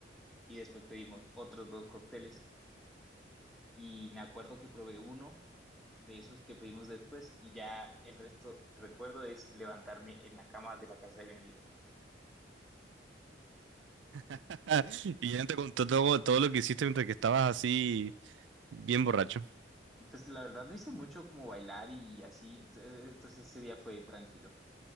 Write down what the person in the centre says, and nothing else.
Y después pedimos otros dos cócteles y me acuerdo que probé uno de esos que pedimos después y ya el resto, recuerdo, es levantarme en la cama de la casa de mi amiga.
Pues la verdad no hice mucho como bailar y así, entonces entonces ese día fue tranquilo.